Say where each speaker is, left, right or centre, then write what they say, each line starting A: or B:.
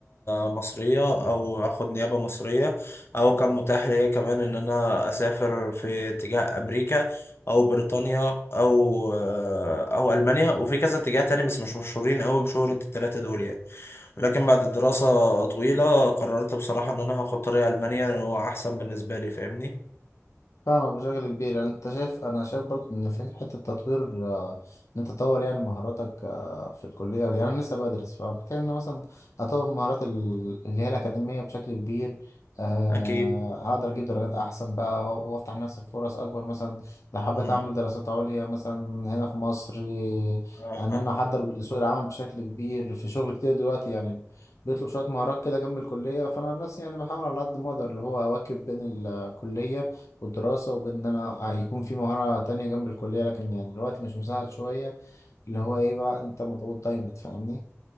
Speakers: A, on the left (about 50°); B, on the left (about 70°).
A: مصرية او اخد نيابة مصرية او كان متاح ليا كمان ان انا اسافر في اتجاه امريكا او بريطانيا او آه، او المانيا وفي كذا اتجاه تاني بس مش مشهورين قوي بشهرة التلاتة دول يعني لكن بعد دراسة طويلة قررت بصراحة ان انا هاخد طريق المانيا إن هو احسن بالنسبة لي فاهمني
B: فاهمك بشكل كبير يعني انت شايف انا شايف برضو ان في حته تطوير آه، ان انت تطور يعني مهاراتك آه، في الكليه يعني انا لسه بدرس فمحتاج ان أنا مثلا اطور مهارات ال- اللي هي الاكاديميه بشكل كبير أه
A: اكيد
B: هقدر اجيب درجات احسن بقى و- وافتح لنفسي فرص اكبر مثلا لو حبيت
A: مم.
B: اعمل دراسات عليا مثلا هنا في مصر
A: آه.
B: آه، ان انا احضر لسوق العمل بشكل كبير في شغل كتير دلوقتي يعني بيطلب شويه مهارات كده جنب الكليه فانا عن نفسي يعني بحاول على قد ما اقدر اللي هو اواكب بين الكليه والدراسة وبين إن أنا هيكون في مهارة تانية جنب الكلية لكن يعني الوقت مش مساعد شوية اللي هو إيه بقى أنت مضغوط دايما فاهمني؟